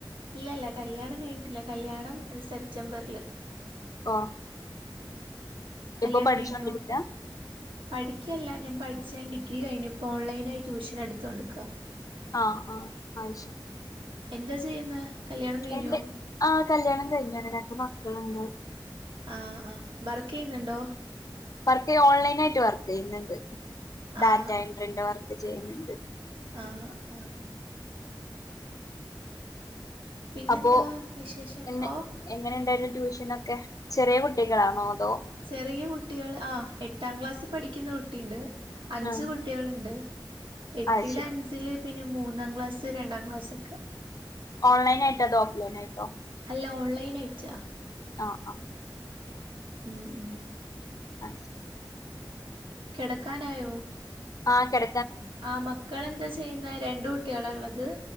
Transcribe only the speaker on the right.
ഇല്ലല്ല കല്യാണം കഴിഞ്ഞിട്ടില്ല കല്യാണം സെപ്റ്റംബറില്
കല്യാണം
കഴിഞ്ഞോ പഠിക്കല്ല ഞാൻ പഠിച്ച് ഡിഗ്രി കഴിഞ്ഞുപ്പോ ഓൺലൈനായി ട്യൂഷൻ എടുത്ത കൊടുക്ക
എന്താ ചെയ്യുന്നെ? കല്യാണം കഴിഞ്ഞോ
ആഹ് ആഹ് വർക്ക് ചെയ്യുന്നുണ്ടോ?
ആഹ് ആഹ്
ആഹ് ആഹ് പിന്നെന്താ
വിശേഷം
ഓഹ്
ചെറിയ കുട്ടികൾ ആ എട്ടാം ക്ലാസ്സിൽ പഠിക്കുന്ന കുട്ടിയുണ്ട് അഞ്ചു
കുട്ടികളുണ്ട് എട്ടില്
അഞ്ചില് പിന്നെ മൂന്നാം ക്ലാസ്, രണ്ടാം ക്ലാസ് ഒക്കെ
ഇല്ല ഓൺലൈൻ അയട്ട
ഉം ഉം
കിടക്കാനായോ?
ആ മക്കളെന്താ ചെയ്യുന്നെ രണ്ടൂട് ട്ട്യാള എള്ളത്